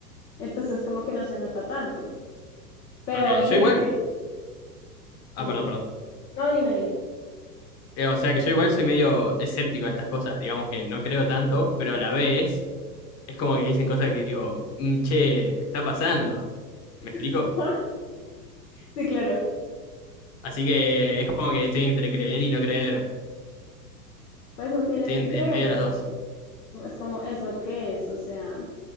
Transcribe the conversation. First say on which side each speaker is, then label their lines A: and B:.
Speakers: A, on the left (about 65°); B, on the left (about 30°).
A: Entonces, como que no se nota tanto. Pero
B: Ok,
A: hay gente,
B: yo igual... Ah,
A: dime,
B: perdón, perdón.
A: no, dime, dime.
B: Eh, o sea que yo igual soy medio escéptico a estas cosas, digamos que no creo tanto, pero a la vez es como que dicen cosas que digo, "Mm, che, está pasando, ¿me explico?
A: <laughs> Sí, claro,
B: Así que es como que estoy entre creer y no creer,
A: pues no tienes
B: estoy
A: que
B: en,
A: creerlo.
B: en medio de las dos.
A: Es como, es lo que es, o sea.